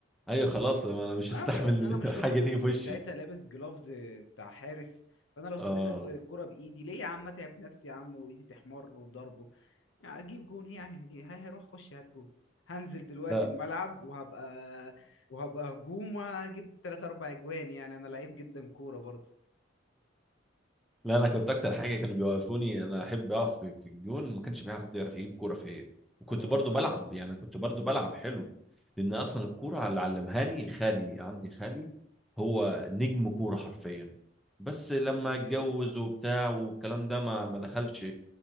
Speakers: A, in the centre; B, on the left.
A: ايوه خلاص ما انا مش
B: انا
A: هستحمل
B: مش اصل انا مش
A: <laughs> حاجه
B: لابس
A: تيجي
B: كنت
A: في وشي
B: ساعتها لابس جلوفز بتاع حارس فانا لو صديت
A: اه
B: ال- الكرة بايدي ليه يا عم اتعب نفسي يا عم وايدي تحمر وضربه يعني اجيب جون إيه يعني هجيب هي هيروح خش هات جون هنزل دلوقتي
A: لا
B: الملعب وهبقى وهبقى هجوم وهجيب تلات اربع اجوان يعني انا لعيب جدا كورة برضه
A: لا انا
B: فاهمني
A: كنت اكتر حاجه كانوا بيوقفوني انا احب اقف في في الجون ما كانش في حد يعرف يجيب كوره فيا وكنت
B: اه
A: برضو
B: فاهمك
A: بلعب يعني كنت برضو بلعب حلو لان اصلا
B: اه
A: الكوره اللي علمهاني خالي عندي خالي هو نجم كوره حرفيا بس لما
B: طب ده جامد
A: اتجوز وبتاع والكلام ده ما ما دخلش